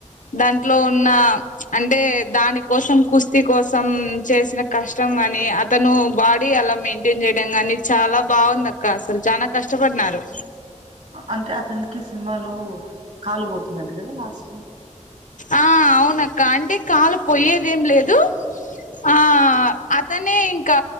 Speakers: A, on the left; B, on the right.
A: దాంట్లో ఉన్న అంటే దాని కోసం కుస్తీ కోసం చేసిన కష్టం గాని అతను బాడీ అలా మెయింటైన్ చేయడం గాని చాలా బాగుంది అక్క అసలు చానా కష్టపడినారు
B: అంటే అతనికి సినిమాలో కాలు పోతుందంట కదా లాస్ట్ లో
A: ఆ అవునక్క అంటే కాలు పోయేది ఏం లేదు ఆ అత్ అతనే ఇంకా